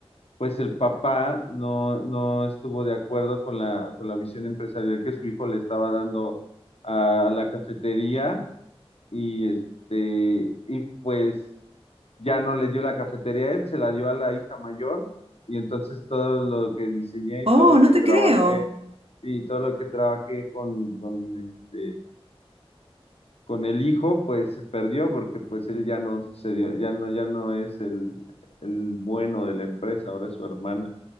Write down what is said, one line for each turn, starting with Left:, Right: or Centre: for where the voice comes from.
Left: pues el papá no, no estuvo de acuerdo con la, con la visión empresarial que su hijo le estaba dando a la cafetería y este, y pues ya no le dio la cafetería a él, se la dio a la hija mayor y entonces todo lo que diseñé y
Right: Oh,
Left: todo lo
Right: no
Left: que
Right: te
Left: trabajé
Right: creo.
Left: y todo lo que trabajé con, con este, con el hijo, pues se perdió porque pues él ya no sucedió, ya no, ya no es el, el bueno de la empresa, ahora es su hermana.